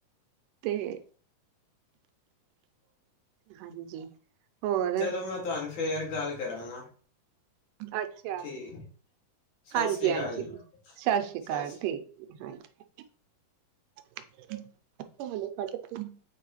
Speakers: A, on the right; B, on the left.
A: ਤੇ ਹਾਂਜੀ।, ਹੋਰ?
B: ਚਲੋ ਮੈਂ ਤੁਹਾਨੂੰ ਫੇਰ ਗਾੱਲ ਕਰਾਂਗਾ।
A: ਅੱਛਾ।
B: ਠੀਕ ਸਤਿ
A: ਹਾਂਜੀ-ਹਾਂਜੀ,
B: ਸ੍ਰੀ ਅਕਾਲ ਜੀ
A: ਸਾਸੀ ਕਾਲ
B: ਸਤਿ ਸ੍ਰੀ
A: ਠੀਕ ਏ, ਹਾਂਜੀ। <unintelligible>